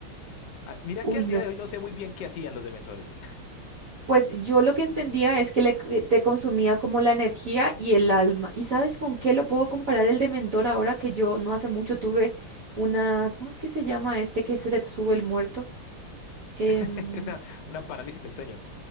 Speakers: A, on the left; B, on the right.
A: Ah, mira
B: Uy,
A: que al
B: no.
A: día de hoy no sé muy bien qué hacían los dementores.
B: Pues yo lo que entendía es que le, que te consumía como la energía y el alma. ¿Y sabes con qué lo puedo comparar el dementor ahora que yo no hace mucho tuve una, ¿cómo es que se llama este que se te sube el muerto? Em,
A: <laughs> Una, una parálisis del sueño.